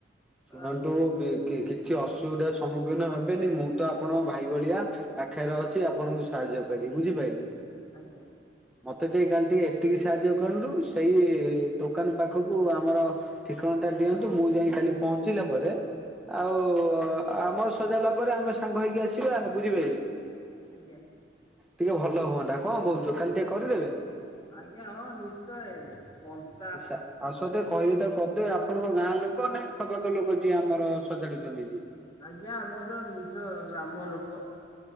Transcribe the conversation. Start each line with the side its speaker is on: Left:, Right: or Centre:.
Centre: ଶୁଣନ୍ତୁ
Left: ଆପଣ
Centre: ବି କିଛି ଅସୁବିଧା ସମ୍ମୁଖୀନ ହେବେନି। ମୁଁ ତ ଆପଣଙ୍କ ଭାଇ ଭଳିଆ। ପାଖେରେ ଅଛି। ଆପଣଙ୍କୁ ସାହାଯ୍ୟ କରିବି ବୁଝିପାଇଲେ।
Left: ଆଜ୍ଞା।
Centre: ମତେ ଟିକେ କାଲି ଟିକେ ଏତିକି ସାହାଯ୍ୟ କରନ୍ତୁ ସେଇ ଦୋକାନ ପାଖକୁ ଆମର ଠିକଣା ଟା ଦିଅନ୍ତୁ ମୁଁ ଯାଇ କାଲି ପହଞ୍ଚିଲା ପରେ ଆଉ
Left: ଆଜ୍ଞା
Centre: ଆମ ସଜାଡ଼ଲା ପରେ ଆମେ ସାଙ୍ଗ ହେଇକି ଆସିବା ଆଉ ବୁଝିପାଇଲେ।
Left: ଆଜ୍ଞା।
Centre: ଟିକେ ଭଲ ହୁଅନ୍ତା। କଣ କହୁଚ କାଲି ଟିକେ କରିଦେବେ?
Left: ଆଜ୍ଞା ହଁ ନିଶ୍ଚୟ ମନି
Centre: ଆଚ୍ଛା ଅସତ କହିବେ ତାକୁ କରିଦେବେ। ଆପ ଆପଣଙ୍କ ଗାଁ ଲୋକ ନା ଆଖପଖ ଲୋକ ଯିଏ ଆମର ସଜାଡୁଚନ୍ତି ଯିଏ?
Left: ଆଜ୍ଞା ଆମର ନିଜ ଗ୍ରାମ ଲୋକ।